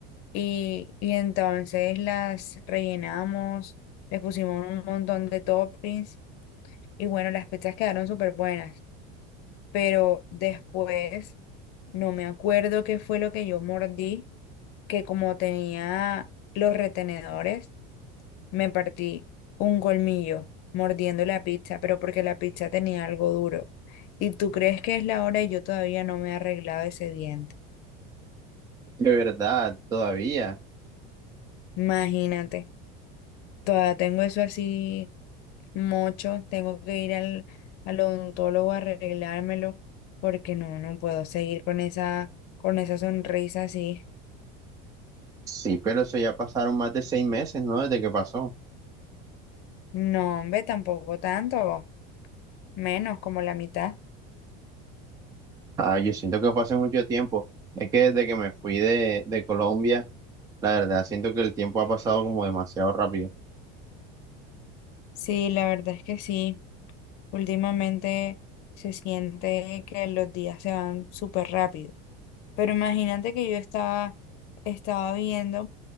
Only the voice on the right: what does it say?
De verdad, todavía.
Sí, pero eso ya pasaron más de seis meses, ¿no? Desde que pasó.
Ah, yo siento que fue hace mucho tiempo. Es que desde que me fui de, de Colombia, la verdad, siento que el tiempo ha pasado como demasiado rápido.